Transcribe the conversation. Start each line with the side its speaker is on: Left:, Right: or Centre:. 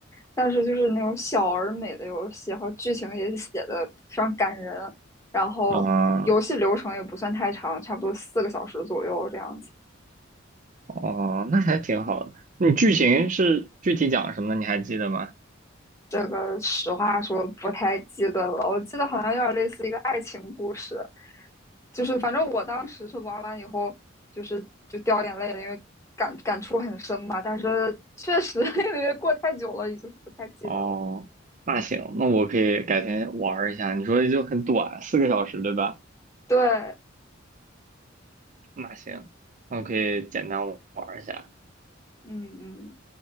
Left: 但是就是那种小而美的游戏，然后剧情也写的非常感人，然后游戏流程也不算太长，
Right: 啊，
Left: 差不多四个小时左右这样子。
Right: 哦，那还挺好的。你剧情是具体讲什么的？你还记得吗？
Left: 这个实话说不太记得了，我记得好像有点类似一个爱情故事，就是反正我当时是玩完以后，就是就掉眼泪了，因为感感触很深嘛。但是确实 <laughs> 因为过太久了，也就是不太记得了。
Right: 哦，那行，那我可以改天玩儿一下。你说就很短，四个小时，对吧？
Left: 对，
Right: 那行，那我可以简单玩儿一下。
Left: 嗯嗯，